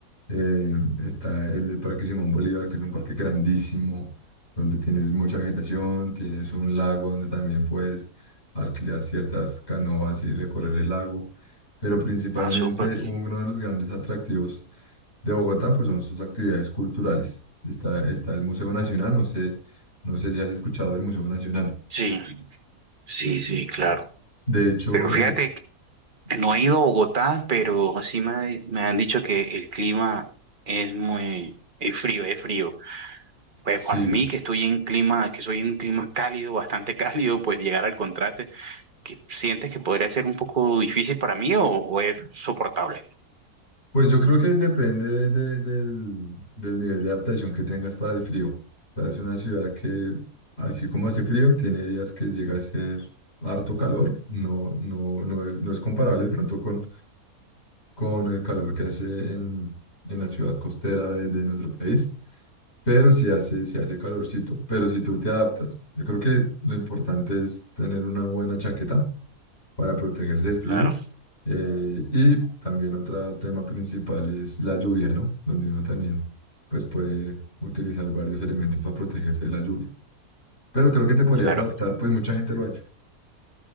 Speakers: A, on the left; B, on the right.
A: eh, está el del Parque Simón Bolívar, que es un parque grandísimo, donde tienes mucha vegetación, tienes un lago donde también puedes alquilar ciertas canoas y recorrer el lago pero principalmente
B: ah, súper.
A: uno de los grandes atractivos de Bogotá pues son sus actividades culturales. Está, está el Museo Nacional, no sé, no sé si has escuchado del Museo Nacional.
B: Sí, sí, sí, claro.
A: De hecho,
B: Pero
A: eh,
B: fíjate, que no
A: s-
B: he ido a Bogotá, pero sí me, me han dicho que el clima es muy es frío, es frío. Pues
A: sí,
B: para mí, que estoy en clima, que soy un clima cálido, bastante <laughs> cálido, pues llegar al contraste, que ¿sientes que podría ser un poco difícil para mí o, o es soportable?
A: pues yo creo que depende de- del, del nivel de adaptación que tengas para el frío. O sea, es una ciudad que, así como hace frío, tiene días que llega a ser harto calor. No, no, no, es, no es comparable de pronto con, con el calor que hace en, en la ciudad costera de, de nuestro país. Pero sí hace, sí hace calorcito, pero si tú te adaptas, yo creo que lo importante es tener una buena chaqueta para protegerse del frío.
B: Claro,
A: eh, y también otro tema principal es la lluvia, ¿no? Donde uno también pues puede utilizar varios elementos para protegerse de la lluvia. Pero creo que te podrías
B: claro.
A: adaptar, pues mucha gente lo ha hecho.